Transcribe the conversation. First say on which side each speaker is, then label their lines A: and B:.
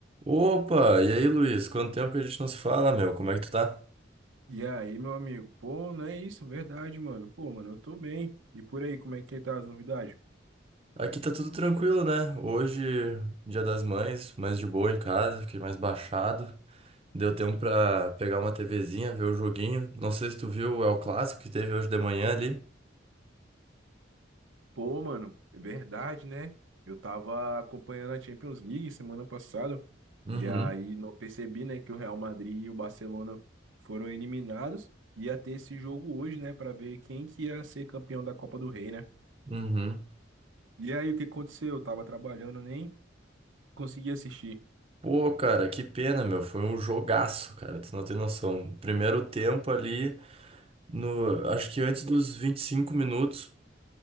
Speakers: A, on the right; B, on the right.
A: Opa, e aí, Luiz? Quanto tempo que a gente não se fala, meu? Como é que tu tá?
B: E aí, meu amigo? Pô, não é isso, verdade, mano. Pô, mano, eu tô bem. E por aí, como é que tá as novidades?
A: Aqui tá tudo tranquilo, né? Hoje, Dia das Mães, mais de boa em casa, fiquei mais baixado. Deu tempo pra pegar uma TVzinha, ver o joguinho. Não sei se tu viu o El Clássico que teve hoje de manhã ali.
B: Pô, mano, é verdade, né? Eu tava acompanhando a Champions League semana passada
A: Uhum,
B: e aí não percebi, né, que o Real Madrid e o Barcelona foram eliminados. Ia ter esse jogo hoje, né, pra ver quem que ia ser campeão da Copa do Rei, né?
A: uhum.
B: E aí, o que aconteceu? Eu tava trabalhando, nem consegui assistir.
A: Pô, cara, que pena, meu. Foi um jogaço, cara. Tu não tem noção. Primeiro tempo ali, no, acho que antes dos 25 minutos.